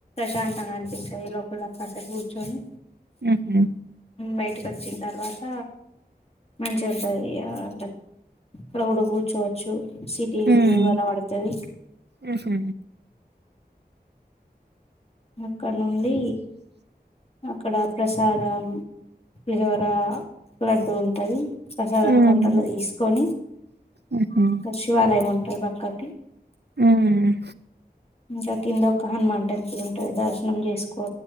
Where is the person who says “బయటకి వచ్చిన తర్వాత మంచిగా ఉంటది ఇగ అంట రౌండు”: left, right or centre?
Left